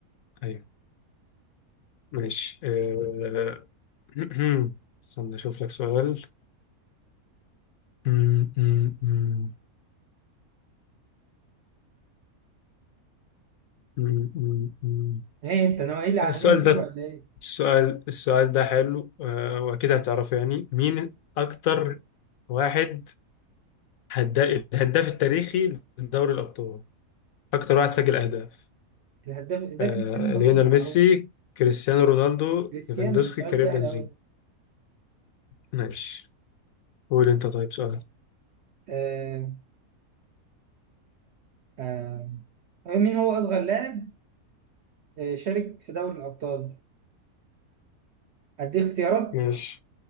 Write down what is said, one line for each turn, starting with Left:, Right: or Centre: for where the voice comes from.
Left: ايوه ماشي آه، <clears throat> استنى اشوف لك سؤال مم، مم، مم، مم، مم، مم.
Right: ايه انت نوايا العلنيه
Left: السؤال
Right: فيه
Left: ده
Right: ولا ايه؟
Left: السؤال السؤال ده حلو آه، واكيد هتعرفه يعني مين اكتر واحد هدا- الهداف التاريخي لدوري الأبطال أكتر واحد سجل أهداف
Right: الهداف ده
Left: آه،
Right: كريستيانو
Left: ليونيل
Right: رونالدو معروف
Left: ميسي كريستيانو رونالدو
Right: كريستيانو
Left: ليفاندوسكي
Right: سؤال
Left: كريم
Right: سهل
Left: بنزيما
Right: قوي
Left: ماشي قول أنت طيب سؤال
Right: آه آه آه، مين هو اصغر لاعب آه، شارك في دوري الابطال؟ اديك اختيارات
Left: ماشي